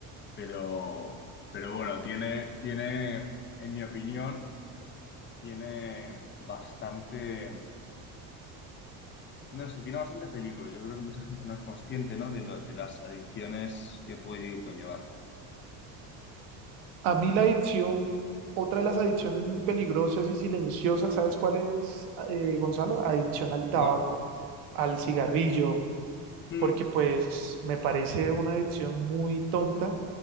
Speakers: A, on the left; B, on the right.
A: pero, pero bueno, tiene, tiene, en mi opinión, tiene bastante, no sé, tiene bastante peligro. Yo creo que mucha gente no es consciente, ¿no? De lo, de las adicciones que puede conllevar.
B: A mí la adicción, otra de las adicciones muy peligrosas y silenciosas, ¿sabes cuál es, eh, Gonzalo? Adicción al tabaco,
A: Bueno.
B: al cigarrillo,
A: Mm,
B: porque pues me parece una adicción muy tonta